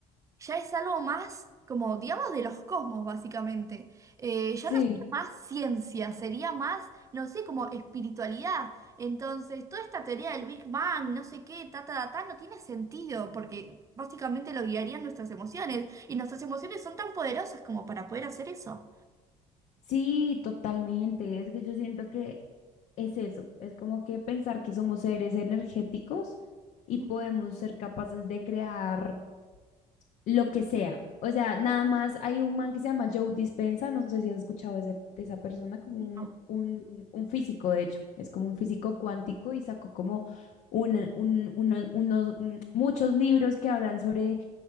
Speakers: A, on the right; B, on the left.
A: ya es algo más, como digamos, de los cosmos, básicamente. Eh, ya
B: Sí.
A: no sería más ciencia, sería más, no sé, como espiritualidad. Entonces, toda esta teoría del Big Bang, no sé qué, ta, ta, ta, ta, no tiene sentido, porque básicamente lo guiarían nuestras emociones, y nuestras emociones son tan poderosas como para poder hacer eso.
B: Sí, totalmente. Es que yo siento que es eso, es como que pensar que somos seres energéticos y
A: Mm.
B: podemos ser capaces de crear. lo que sea. O sea, nada más hay un man que se llama Joe Dispenza, no sé si has escuchado de, ese- de esa persona, como un,
A: No,
B: un- un físico, de hecho, es como un físico cuántico y sacó como una- un- una- unos, mm, muchos libros que hablan sobre